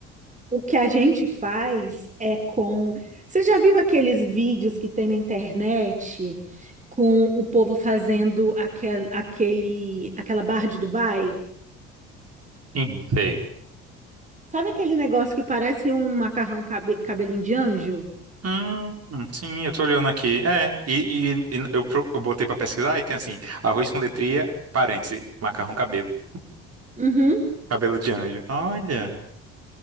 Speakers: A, on the right (about 20°); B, on the right (about 40°).
A: o que a gente faz é com. Você já viu aqueles vídeos que tem na internet com o povo fazendo aquel, aquele, aquela barra de Dubai?
B: Sim, sei.
A: Sabe aquele negócio que parece um macarrão cabe- cabelinho de anjo?
B: Hum, sim, eu tô olhando aqui. É, e, e- e eu, pro- eu botei pra pesquisar e tem assim, arroz com letria, parêntese, macarrão cabelo,
A: Uhum.
B: cabelo de anjo. Olha,